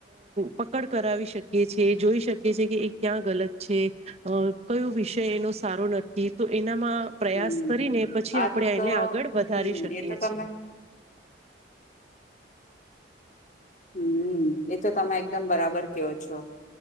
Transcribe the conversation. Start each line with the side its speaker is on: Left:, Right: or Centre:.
Right: પકડ કરાવી શકીએ છે જોઈ શકીએ છે કે એ ક્યાં ગલત છે, અ કયો વિષય એનો સારો નથી. માં પ્રયાસ
Left: હમ
Right: કરીને પછી
Left: આ
Right: આપણે
Left: તો
Right: એને આગળ વધારી
Left: હમ
Right: શકીએ
Left: એ તો તમે
Right: છે.
Left: હમ્મ, એ તો તમે એકદમ બરાબર કયો છો.